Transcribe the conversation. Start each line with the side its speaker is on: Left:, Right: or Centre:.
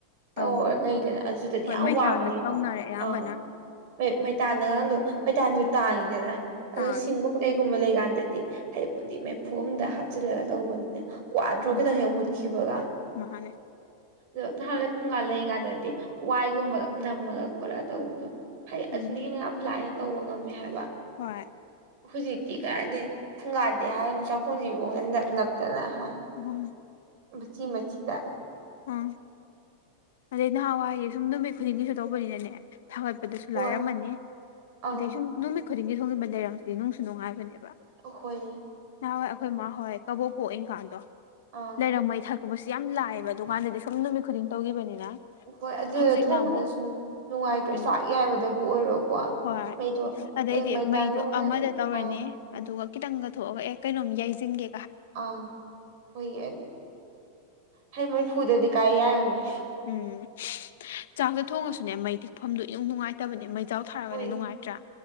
Right: ꯇꯧꯔ
Left: ꯑꯪ
Right: ꯂꯩꯗꯅ ꯑꯗꯨꯗꯗꯤ
Left: ꯍꯣꯏ
Right: ꯌꯥꯝ
Left: ꯃꯩꯇꯥꯟꯗ
Right: ꯋꯥꯕꯅꯦꯕ
Left: ꯇꯧꯅꯔꯦ ꯑꯌꯥꯝꯕꯅ
Right: ꯑꯪ ꯃꯩ ꯃꯩꯇꯥꯟꯗꯒꯥꯡꯗꯣ ꯃꯩꯇꯥꯟꯁꯨ ꯇꯥꯡꯉꯤꯗꯅ ꯑꯗꯨꯅ
Left: ꯇꯥꯡꯉꯦ
Right: ꯁꯤꯡꯒꯨꯝꯕ ꯀꯩꯒꯨꯝꯕ ꯂꯩꯀꯥꯟꯗꯗꯤ ꯍꯥꯏꯗꯤꯕꯨꯗꯤ ꯃꯩꯐꯨ ꯑꯝꯗ ꯍꯥꯞꯆꯤꯜꯂꯒ ꯇꯧꯕꯅꯤꯅ ꯋꯥꯗ꯭ꯔꯣ
Left: ꯎꯝ
Right: ꯈꯤꯇꯪ ꯍꯦꯛ ꯃꯨꯠꯈꯤꯕꯒ
Left: ꯃꯥꯅꯦ
Right: ꯑꯗꯣ ꯅꯍꯥꯟꯋꯥꯏ ꯐꯨꯡꯒꯥ ꯂꯩꯔꯤꯀꯥꯟꯗꯗꯤ ꯋꯥꯏꯒꯨꯝꯕꯒ ꯅꯝꯃꯒ ꯈꯣꯠꯂꯒ ꯇꯧ ꯑ ꯍꯥꯏꯗꯤ
Left: ꯎꯝ
Right: ꯑꯗꯨꯅꯤꯅ ꯌꯥꯝ ꯂꯥꯏꯅ ꯇꯧꯕ ꯉꯝꯃꯦ ꯍꯥꯏꯕ
Left: ꯍꯣꯏ
Right: ꯍꯧꯖꯤꯛꯇꯤ ꯀꯥꯔꯥꯏꯗꯩ ꯐꯨꯡꯒꯥꯗꯦ ꯍꯥꯏꯔꯅꯨ ꯆꯥꯛꯈꯨꯝꯁꯤꯐꯥꯎꯕ ꯅꯞ ꯅꯞꯇꯅ ꯌꯥ
Left: ꯑꯗꯨꯝ
Right: ꯃꯆꯤ ꯃꯆꯤꯗ
Left: ꯎꯝ ꯑꯗꯩ ꯅꯍꯥꯟꯋꯥꯏ ꯁꯨꯝ ꯅꯨꯃꯤꯠ ꯈꯨꯗꯤꯡꯒꯤꯁꯨ ꯇꯧꯕꯅꯤꯅꯅꯦ ꯊꯥꯒꯠꯄꯗꯁꯨ
Right: ꯍꯣꯏ
Left: ꯂꯥꯏꯔꯝꯃꯅꯤ
Right: ꯑꯪ
Left: ꯑꯗꯩ ꯁꯨꯝ ꯅꯨꯃꯤꯠ ꯈꯨꯗꯤꯡꯒꯤ ꯊꯣꯡꯖꯤꯟꯕ ꯂꯩꯔꯪꯁꯤꯗꯤ ꯅꯨꯡꯁꯨ ꯅꯨꯡꯉꯥꯏꯕꯅꯦꯕ
Right: ꯍꯣꯏꯌꯦ
Left: ꯅꯍꯥꯟꯋꯥꯏ ꯑꯩꯈꯣꯏ ꯃꯥ ꯍꯣꯏ ꯀꯕꯣꯛ ꯄꯣꯛꯏ ꯀꯥꯟꯗꯣ
Right: ꯑꯥ
Left: ꯂꯩꯔꯪ ꯃꯩ ꯊꯒꯠꯄꯁꯤ ꯌꯥꯝ ꯂꯥꯛꯑꯦꯕ ꯗꯨꯀꯥꯟꯗꯗꯤ ꯁꯨꯝ ꯅꯨꯃꯤꯠ ꯈꯨꯗꯤꯡ ꯇꯧꯈꯤꯕꯅꯤꯅ
Right: ꯍꯣꯏ ꯑꯗꯨꯗ
Left: ꯍꯧꯖꯤꯛꯅ
Right: ꯊꯣꯡꯕꯅꯁꯨ
Left: ꯑꯃꯨꯛ
Right: ꯅꯨꯡꯉꯥꯏꯇ꯭ꯔꯣ
Left: ꯎꯝ
Right: ꯆꯥꯛ ꯌꯥꯏꯕꯗꯕꯨ ꯑꯣꯏꯔꯣꯀꯣ
Left: ꯍꯣꯏ
Right: ꯃꯩꯗꯣ
Left: ꯑꯗꯩꯗꯤ
Right: ꯀꯩ ꯃꯩꯇꯥꯟꯒꯨꯝꯕ
Left: ꯃꯩꯗꯣ
Right: ꯈꯤꯇꯪ
Left: ꯑꯃꯗ ꯇꯧꯔꯅꯤ
Right: ꯑꯥ
Left: ꯑꯗꯨꯒ ꯈꯤꯇꯪꯒ ꯊꯣꯛꯑꯒ ꯑꯦ ꯀꯩꯅꯣꯝ ꯌꯥꯏꯁꯤꯟꯒꯦ
Right: ꯑꯪ ꯍꯣꯏꯒꯤ ꯍ ꯃꯩꯐꯨꯗꯗꯤ ꯀꯥꯏ ꯌꯥꯔꯅꯤ
Left: ꯎꯝ ꯆꯥꯛꯇ ꯊꯣꯡꯉꯁꯨꯅꯦ ꯃꯩ ꯇꯤꯛꯐꯝꯗꯣ ꯏꯅꯨꯡ ꯅꯨꯡꯉꯥꯏꯇ ꯐꯠꯇꯕꯅꯤ ꯃꯩꯖꯥꯎ ꯊꯥꯔꯒꯅ
Right: ꯍꯣꯏꯌꯦ
Left: ꯅꯨꯡꯉꯥꯏꯇ꯭ꯔꯥ